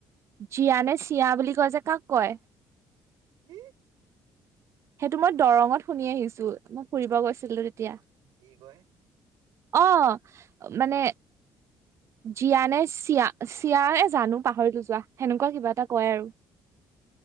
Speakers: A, on the right; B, on the right.
A: জিয়া নে চিয়া বুলি কয় যে কাক কয়?
B: হোম
A: সেইটো মই দৰঙত শুনি আহিছো, মই ফুৰিব গৈছিলো তেতিয়া।
B: কি কয়?
A: অ, মানে জিয়ানে চিয়া চিয়া এজানো পাহৰিলো যোৱা, সেনেকুৱা কিবা এটা কয় আৰু।